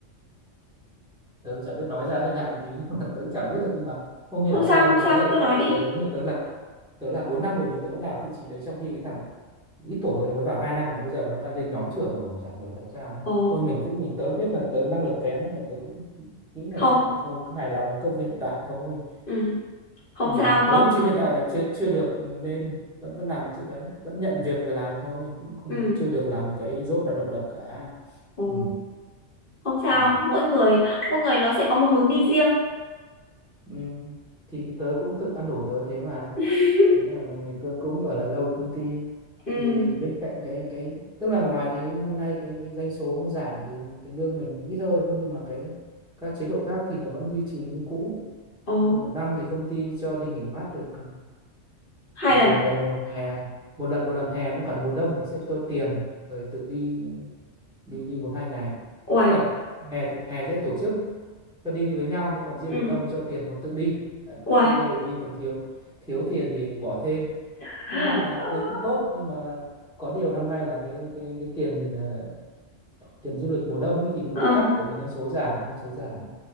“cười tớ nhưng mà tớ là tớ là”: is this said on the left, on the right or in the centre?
Centre